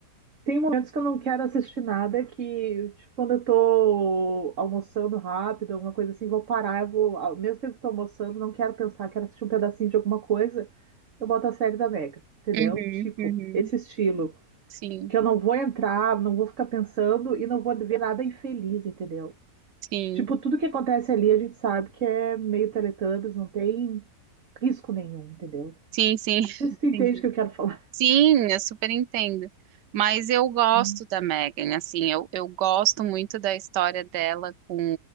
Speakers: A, on the right (about 50°); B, on the right (about 85°).
A: tem momentos que eu não quero assistir nada que, tipo, quando eu tô almoçando rápido, alguma coisa assim, vou parar, eu vou, ao mesmo tempo que tô almoçando, não quero pensar, quero assistir um pedacinho de alguma coisa eu boto a série da Mega, entendeu?
B: Uhum,
A: Tipo,
B: uhum.
A: esse estilo.
B: Sim,
A: Que eu não vou entrar, não vou ficar pensando e não vou ver nada infeliz, entendeu?
B: sim,
A: Tipo, tudo que acontece ali a gente sabe que é meio Teletubbies, não tem risco nenhum, entendeu?
B: sim, sim. <laughs>
A: Não sei se tu
B: Entendi.
A: entende o que eu quero falar.
B: Sim,
A: <laughs>
B: eu super entendo. Mas eu gosto
A: Hum,
B: da Megan, assim, eu, eu gosto muito da história dela com.